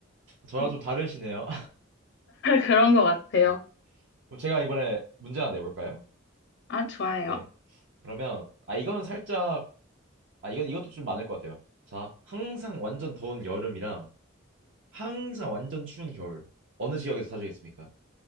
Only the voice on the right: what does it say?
저랑
좀 다르시네요.
<laughs> 그럼 제가 이번에 문제 하나 내볼까요?
네. 그러면 아 이건 살짝 아, 이건 이것도 좀 많을 것 같아요. 자, 항상 완전 더운 여름이랑 항상 완전 추운 겨울. 어느 지역에서 사시겠습니까?